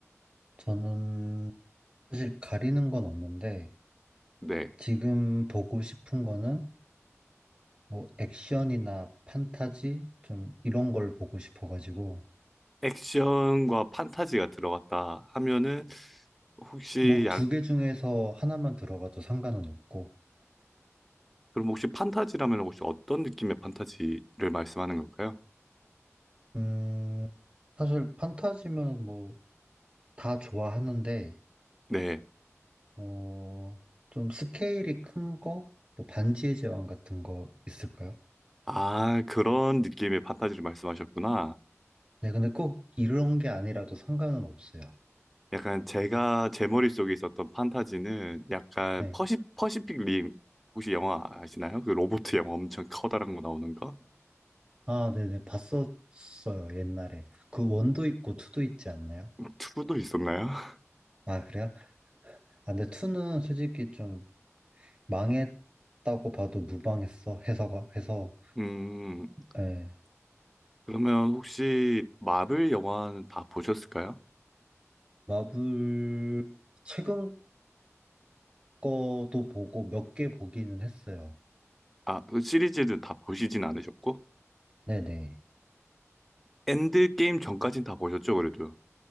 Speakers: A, on the right; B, in the centre.
A: 저는 사실 가리는 건 없는데
B: 네.
A: 지금 보고 싶은 거는 뭐 액션이나 판타지 좀 이런 걸 보고 싶어가지고
B: 액션과 판타지가 들어갔다 하면은, 혹시
A: 뭐
B: 약,
A: 두 개 중에서 하나만 들어가도 상관은 없고,
B: 그럼 혹시 판타지라면 혹시 어떤 느낌의 판타지를 말씀하는 걸까요?
A: 음, 사실 판타지면 뭐 다 좋아하는데,
B: 네.
A: 어, 좀 스케일이 큰 거, 뭐 반지의 제왕 같은 거 있을까요?
B: 아, 그런 느낌의 판타지를 말씀하셨구나.
A: 네, 근데 꼭 이런 게 아니라도 상관은 없어요.
B: 약간 제가 제 머릿속에 있었던 판타지는 약간
A: 네.
B: 퍼시, 퍼시픽 림 혹시 영화 아시나요? 그 로보트 영화 엄청 커다란 거 나오는 거?
A: 아, 네네, 봤었어요, 옛날에. 그 원도 있고 투도 있지 않나요?
B: 2도 있었나요? <laughs>
A: 아, 그래요? 아, 근데 투는 솔직히 좀 망했다고 봐도 무방했어, 해서가, 해서.
B: 음,
A: 예.
B: 그러면 혹시 마블 영화는 다 보셨을까요?
A: 마블 최근 거도 보고 몇 개 보기는 했어요.
B: 아, 그 시리즈는 다 보시진 않으셨고?
A: 네네.
B: 엔드게임 전까진 다 보셨죠, 그래도?